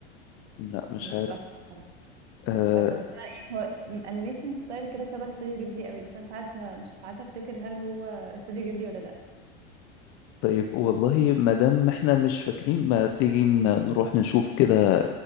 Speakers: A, on the left; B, on the right.
A: لا مش
B: مش
A: عارف
B: فاكره
A: آه،
B: مش فاكره بس انا يعني هو انيميشن ستايل كده شبه استوديو جيبلي قوي بس انا مش عارفه مش عارفه افتكر هل هو استوديو جيبلي ولا لا
A: طيب والله ما دام احنا مش فاكرين ما تيجي ن- نروح نشوف كده